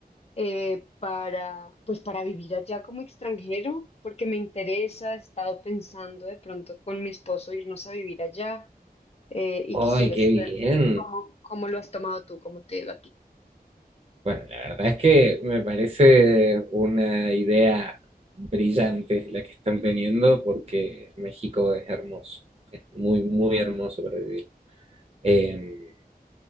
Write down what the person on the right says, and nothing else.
¡Ay,
qué
bien!
Bueno, la verdad es que me parece una idea brillante la que están teniendo porque México es hermoso, es muy, muy hermoso para vivir. Eh,